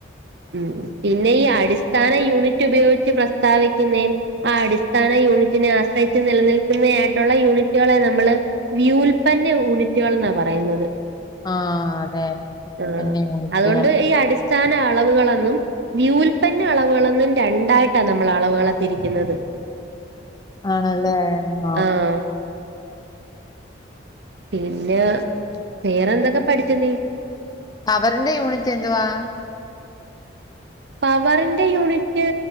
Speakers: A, on the right; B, on the left.
A: ഉം പിന്നെ ഈ അടിസ്ഥാന യൂണിറ്റ് ഉപയോഗിച്ച് പ്രസ്താവിക്കുന്നെ ആ അടിസ്ഥാന യൂണിറ്റിനെആശ്രയിച്ച് നിലനിൽക്കുന്നയായിട്ടുള്ള യൂണിറ്റളെ നമ്മള് വ്യൂൽപന്ന യൂണിറ്റൾന്നാ പറയുന്നത്.
B: ആഹ അതെ
A: ആഹ്
B: പിന്നെ യൂണിറ്റുകൾ
A: അതുകൊണ്ട് ഈ അടിസ്ഥാന അളവുകളന്നും വ്യൂൽപന്ന അളവുകളന്നും രണ്ടായിട്ടാ നമ്മള് അളവ്കളെ തിരിക്കുന്നത്.
B: ആണല്ലേ ആഹ
A: ആഹ് പിന്നെ വേറെന്തക്കെ പഠിച്ചുനീ
B: പവറിന്റെ യൂണിറ്റ്എന്തുവാ
A: പവറിന്റെ യൂണിറ്റ്